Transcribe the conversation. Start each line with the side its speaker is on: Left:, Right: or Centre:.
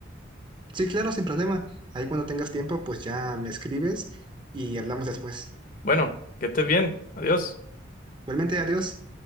Right: Sí, claro, sin problema. Ahí cuando tengas tiempo, pues ya me escribes y hablamos después.
Left: bueno, que estés bien. Adiós.
Right: Igualmente, adiós.